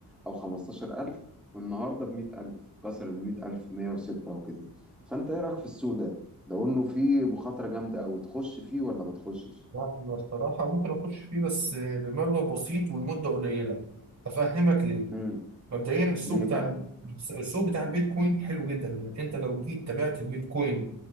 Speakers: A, in the centre; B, on the right (about 45°).
A: او 15000 والنهارده ب 100000 كسر ال 100000 106 وكده فانت ايه رايك في السوق ده لو انه فيه مخاطره جامده قوي تخش فيه ولا ما تخشش
B: لا انا الصراحه ممكن اخش فيه بس بمبلغ بسيط والمده قليله افهمك ليه
A: امم
B: مبدئيا السوق
A: ليه
B: بتاع
A: بقى
B: السوق بتاع البيتكوين حلو جدا يعني انت لو جيت تابعت البيتكوين